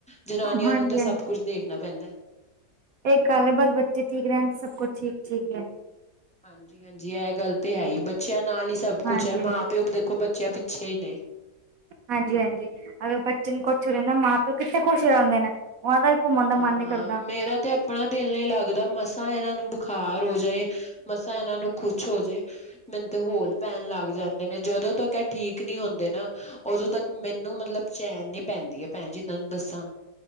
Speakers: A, in the centre; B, on the right.
A: ਜਨਾਨੀਆਂ
B: ਹਾਂਜੀ
A: ਨੂੰ ਤੇ ਸਬ ਕੁਝ ਦੇਖਨਾ ਪੈਂਦਾ
B: ਏਕ ਗੱਲ ਏ ਬੱਸ ਬੱਚੇ ਠੀਕ ਰਹਿਣ ਤੇ ਸਬ ਕੁੱਛ ਠੀਕ, ਠੀਕ ਏ।
A: ਹਾਂਜੀ, ਹਾਂਜੀ ਐ ਗੱਲ ਤੇ ਹੈਈ ਬੱਚਿਆਂ ਨਾਲ ਈ ਸਬ ਕੁੱਛ
B: ਹਾਂਜੀ
A: ਐ, ਮਾਂ-ਪਿਓ ਦੇਖੋ ਬਚ <unintelligible> ਪਿੱਛੇ ਈ ਨੇ।
B: ਹਾਂਜੀ, ਹਾਂਜੀ ਅਗਰ ਬੱਚੇ ਨੂੰ ਕੁਛ ਹੋਜੇ ਨਾ ਮਾਂ-ਪਿਓ ਕਿੱਥੇ ਖੁਸ਼ ਰਹਿੰਦੇ ਨੇ ਉਨਾਂ ਦਾ ਘੁੰਮਣ
A: ਨਾ,
B: ਦਾ ਮਨ
A: ਨਾ
B: ਨੀ ਕਰਦਾ
A: ਮੇਰਾ ਤੇ ਅਪ ਅਪਣਾ ਦਿਲ ਨਈ ਲੱਗਦਾ ਮਸਾਂ ਐਨਾਂ ਨੂੰ ਬੁਖਾਰ ਹੋਜੇ, ਮਸਾਂ ਐਨਾਂ ਨੂੰ ਕੁੱਛ ਹੋਜੇ। ਮੈਨੂੰ ਤੇ ਹੋਲ ਪੈਨ ਲੱਗ ਜਾਂਦੇ ਨੇ ਜਦੋ ਤੱਕ ਐ ਠੀਕ ਨੀ ਹੁੰਦੇ ਨਾ ਓਦੋ ਤੱਕ ਮੈਨੂੰ ਮਤਲਬ ਚੈਨ ਨੀ ਪੈਂਦੀ ਐ ਭੈਣ ਜੀ ਤੁਹਾਨੂੰ ਦੱਸਾ